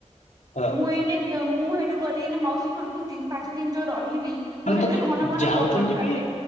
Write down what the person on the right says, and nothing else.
ମୁଁ ଏନେ ଯେ ମୁଁ ସେଇଠୁ ଗଲିନା ମାଉସୀ ଘରକୁ ତିନ ପାଞ୍ଚ ଦିନ ଯୋଉ ରହିଲି। ତୁ
ସେଥିରେ
ଘନ ଘନ
ଫୋନ୍ କରିଥାନ୍ତେ।